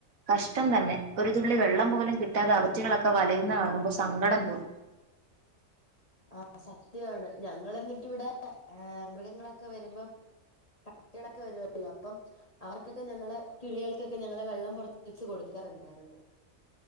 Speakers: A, on the right (about 85°); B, on the left (about 25°).
A: കഷ്ടം തന്നെ ഒരു തുള്ളി വെള്ളം പോലും കിട്ടാതെ അവറ്റകളൊക്കെ വലയുന്ന കാണുമ്പോ സങ്കടം തോ-
B: ആഹ് സത്യാണ് ഞങ്ങള് എന്നിട്ട് ഇവിടെ മൃഗങ്ങളൊക്കെ വരുമ്പം പട്ടികളൊക്കെ വരുല്ലോ അപ്പം അവർക്കൊക്കെ ഞങ്ങള് കിളികൾകൊക്കെ ഞങ്ങള് വെള്ളം പുറത്ത് വെച്ച് കൊട്ക്കാറുണ്ടായിരുന്നു